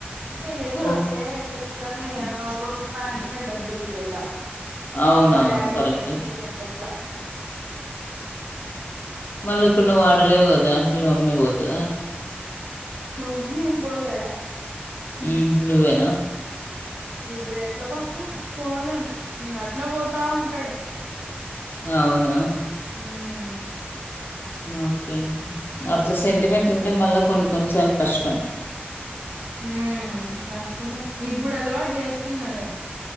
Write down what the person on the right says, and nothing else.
అంటే ఎదురొస్తే
ఖచ్చితంగా యా ఒకరూపాయి అంటేనే డబ్బుల్ ఈయళ్ళ
మా డాడీకే
సెంటిమెంట్ అట్లా
మమ్మీ ఏం బొద్ ఆడ
ఇప్పుడ్ ఎట్లా పోతా పోన్ నేను అట్లా పోతా ఉంటాడు.
ఉమ్
మ్ కష్టమే ఇప్పుడ్ అల్వాట్ చేస్కున్నాడు.